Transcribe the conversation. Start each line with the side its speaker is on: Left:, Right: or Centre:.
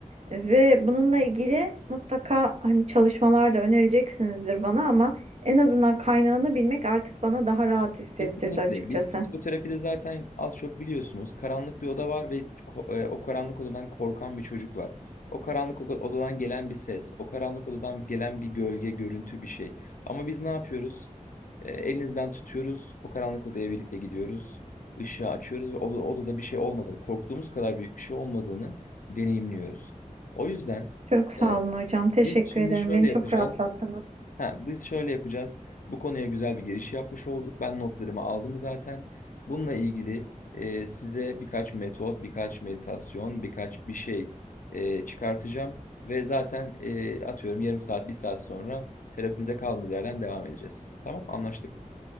Right: Ve bununla ilgili mutlaka hani çalışmalar da önereceksinizdir bana ama en azından kaynağını bilmek artık bana daha rahat hissettirdi
Left: Kesinlikle.
Right: açıkçası.
Left: Biz psikoterapide zaten az çok biliyorsunuz. Karanlık bir oda var ve ko- e, o karanlık odadan korkan bir çocuk var. O karanlık oda- odadan gelen bir ses, o karanlık odadan gelen bir gölge, görüntü bir şey. Ama biz ne yapıyoruz? E, elinizden tutuyoruz, o karanlık odaya birlikte gidiyoruz. ışığı açıyoruz ve oda, odada bir şey olmadığını, korktuğumuz kadar büyük bir şey olmadığını deneyimliyoruz. O yüzden
Right: Çok sağ
Left: e,
Right: olun hocam. Teşekkür
Left: biz şimdi
Right: ederim.
Left: şöyle
Right: Beni
Left: yapacağız.
Right: çok rahatlattınız.
Left: Ha, biz şöyle yapacağız. Bu konuya güzel bir giriş yapmış olduk. Ben notlarımı aldım zaten. Bununla ilgili e, size birkaç metot, birkaç meditasyon, birkaç bir şey e, çıkartacağım. Ve zaten e, atıyorum yarım saat, bir saat sonra terapimize kaldığımız yerden devam edeceğiz. Tamam, anlaştık.